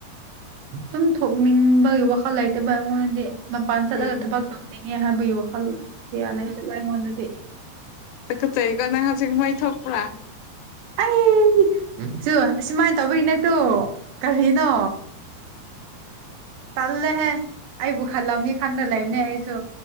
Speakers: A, on the right (about 80°); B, on the left (about 80°).
A: ꯑꯗꯨꯝ ꯊꯣꯛꯅꯤꯡꯕꯒꯤ ꯋꯥꯈꯜ ꯂꯩꯇꯦꯕꯥ ꯑꯩꯉꯣꯟꯗꯗꯤ ꯃꯄꯥꯟ ꯆꯠꯂꯒꯥ
B: ꯎꯝ
A: ꯊꯕꯛꯇꯧꯅꯤꯡꯉꯦ ꯍꯥꯏꯕꯒꯤ ꯋꯥꯈꯜ ꯀꯌꯥꯂꯩꯇꯕ ꯑꯩꯉꯣꯟꯗꯗꯤ
B: ꯇꯨꯀꯠꯆꯩꯀꯣ ꯅꯪ ꯍꯧꯖꯤꯛꯃꯣꯢ ꯊꯣꯛꯄ꯭ꯔꯥ
A: ꯑꯩ ꯖꯨ ꯁꯨꯃꯥꯏꯅꯥ ꯇꯧꯕꯩꯅꯦ ꯑꯗꯨ ꯀꯔꯤꯅꯣ ꯇꯜꯂꯦ ꯍꯦ ꯑꯩꯕꯨ ꯈꯜꯂꯝꯅꯤ ꯈꯟꯅ ꯂꯩꯕꯅꯦ ꯑꯩꯁꯨ